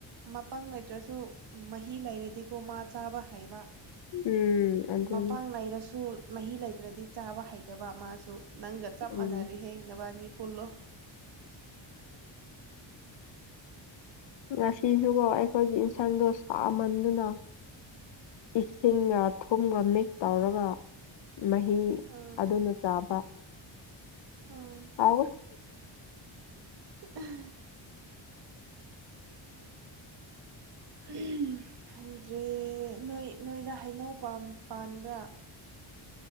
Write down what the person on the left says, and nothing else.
ꯎꯝ ꯑꯗꯨꯅꯤ
ꯎꯝ
ꯉꯁꯤꯁꯤꯕꯥꯎ ꯑꯩꯈꯣꯏꯒꯤ ꯏꯟꯁꯥꯡꯗꯣ ꯁꯥꯃꯟꯗꯨꯅ ꯏꯁꯤꯡꯒ ꯊꯨꯝꯒ ꯃꯤꯛꯁ ꯇꯧꯔꯒ ꯃꯍꯤ
ꯑꯗꯨꯅ ꯆꯥꯕ
ꯑꯥꯎ